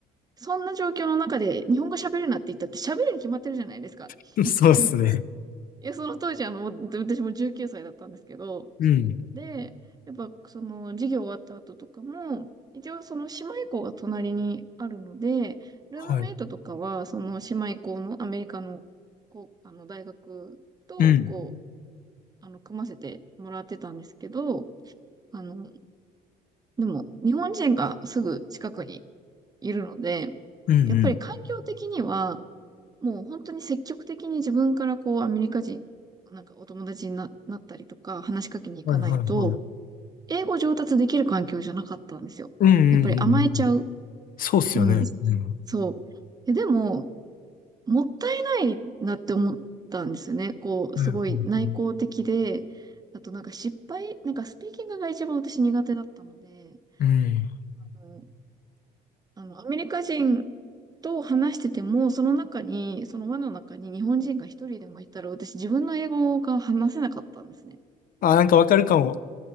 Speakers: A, on the right; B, on the left.
A: そんな状況の中で日本語喋るなって言ったって喋るに決まってるじゃないですか。
B: <laughs>
A: <laughs>
B: うんそうっすね。
A: いや、その当時、あの、私もじゅう私も19歳だったんですけど、
B: うん。
A: で、やっぱその授業終わった後とかも、一応その姉妹校が隣にあるので、ルームメイトとかは、
B: はい。
A: その姉妹校のアメリカの、こう、あの、大学と、
B: うん。
A: こう、あの、組ませてもらってたんですけど、あの、でも、日本人がすぐ近くにいるので、
B: うんうん。
A: やっぱり環境的には、もう本当に積極的に自分からこうアメリカ人、なんかお友達にな、なったりとか話しかけに行かないと、
B: はいはいはい。
A: 英語上達できる環境じゃなかったんですよ。
B: うんうんうんうん。
A: やっぱり甘えちゃう。
B: そうっすよね。
A: うん。
B: うん。は
A: そう。えでも、もったいないなって思ったんですよね。こう、
B: いはいはい。
A: すごい内向的で、あとなんか失敗、なんかスピーキングが一番私苦手だったので、
B: うん。
A: あの、あのアメリカ人と話してても、その中に、その輪の中に日本人が一人でもいたら、私自分の英語が話せなかったんですね。
B: あ、なんかわかるかも。